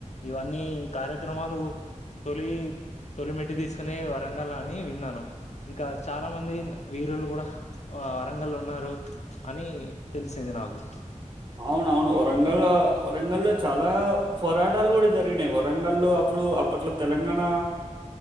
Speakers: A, on the left; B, on the right.
A: ఇవన్నీ కార్యక్రమాలు గు తొలి తొలి మెట్టు తీసుకునే వరంగల్ల అని విన్నాను. ఇంకా చాలా మంది వీరులు గూడ వరంగల్ల ఉన్నారు అని తెలిసింది నాకు.
B: అవును అవును వరంగల్లో వరంగల్లో చాలా పోరాటాలు కూడా జరిగినాయి, వరంగల్లో అప్పుడు అప్పట్లో తెలంగాణా